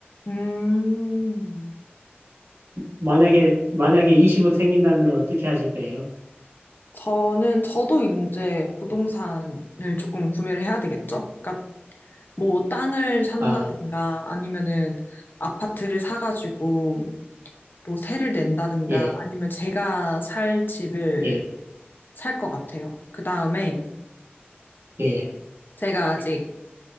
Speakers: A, on the left; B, on the right.
A: 음,
B: 만약에 만약에 20억 생긴다면 어떻게 하실 거예요?
A: 저는, 저도 이제 부동산을 조금 구매를 해야 되겠죠? 그러니까 뭐 땅을 산다든가
B: 아,
A: 아니면은 아파트를 사가지고 뭐 세를 낸다든가
B: 예.
A: 아니면 제가 살 집을
B: 예.
A: 살 것 같아요. 그 다음에
B: 예,
A: 제가 아직